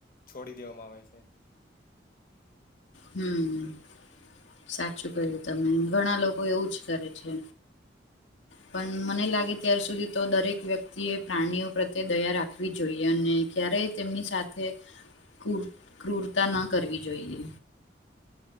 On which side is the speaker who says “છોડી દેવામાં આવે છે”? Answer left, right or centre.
Left